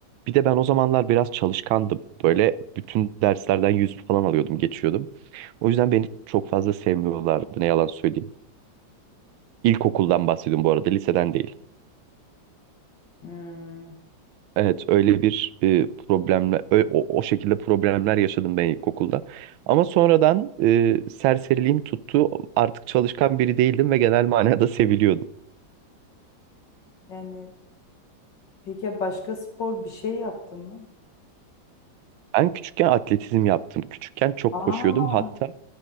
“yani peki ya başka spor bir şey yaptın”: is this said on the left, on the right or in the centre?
Left